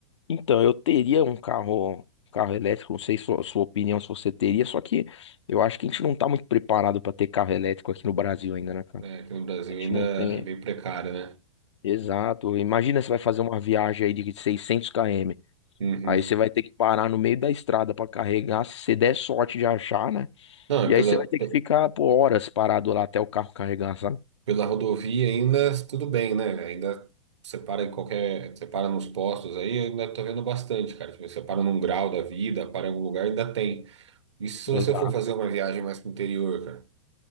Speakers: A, on the left; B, on the right.
A: Então, eu teria um carro, um carro elétrico, não sei sua, sua opinião se você teria, só que eu acho que a gente não tá muito preparado pra ter carro elétrico aqui no Brasil ainda, né, cara?
B: É, aqui no Brasil
A: A gente
B: ainda
A: não
B: é
A: tem.
B: bem precário, né?
A: Exato. Imagina você vai fazer uma viagem aí de seiscentos km.
B: Uhum.
A: Aí você vai ter que parar no meio da estrada para carregar, se você der sorte de achar, né?
B: Não,
A: E
B: é pela,
A: aí você vai ter
B: pe-
A: que ficar por horas parado lá até o carro carregar, sabe?
B: pela rodovia ainda tudo bem, né? Ainda você para em qualquer. Você para nos postos aí, eu ainda tô vendo bastante, cara. Tipo, você para num grau da vida, para em algum lugar, ainda tem. E se
A: Exato.
B: você for fazer uma viagem mais pro interior, cara,